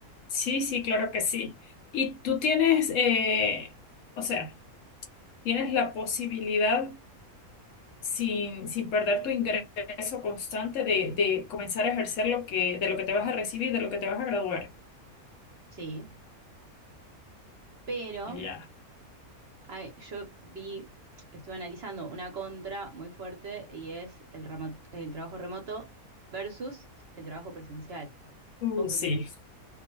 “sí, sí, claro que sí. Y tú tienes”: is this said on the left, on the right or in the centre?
Left